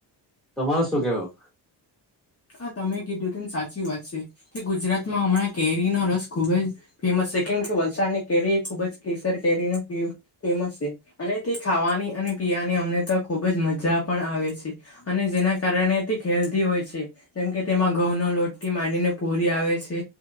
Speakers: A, in the centre; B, on the left.
A: તમારે શું કેવું
B: હા તમે કીધું તેમમ સાચી વાત છે કે ગુજરાતમાં હમણાં કેરીનો રસ ખુબ જ ફેમસ છે કેમ કે વલસાડની કેરી એ ખુબ જ કેસર કેરી ન ફેમસ છે અને તે ખાવાની અને પીવાની અમને તો ખૂબ જ મજા પણ આવે છે અને જેના કારણે તે હેલ્ધી હોય છે જેમ કે તેમાં ઘઉ ન લોટટી મારીને પૂરી આવે છે